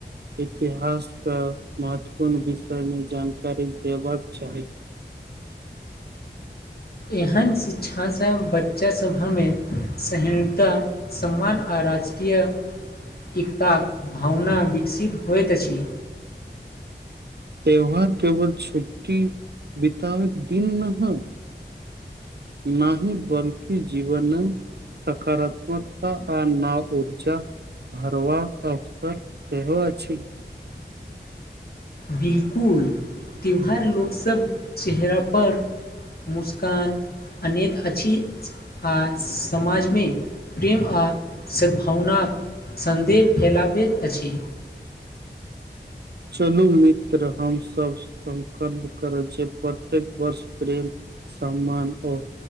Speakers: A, on the right; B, on the left.
A: इतिहासके महत्वपूर्ण विषयमे जानकारी देबाक चाही।
B: एहन शिक्षासँ बच्चासभ हमे सहिणुता सम्मान आ राजकीय। एकताक भावना विकसित होइत अछि
A: त्यौहार केवल छुट्टी बितब दिन नह नाहि बल्कि जीवन सकारात्मकता आ नाव ऊर्जा भरवाक अवसर सेहो अछि
B: बिलकुल त्योहार लोकसभ चेहरापर मुस्कान अनेत अछि आ समाज मे प्रेम आ सद्भावनाक सन्देह फैलाबैत अछि
A: चलू मित्र हमसभ संकल्प करए छिये प्रत्येक वर्ष प्रेम सम्मान ओ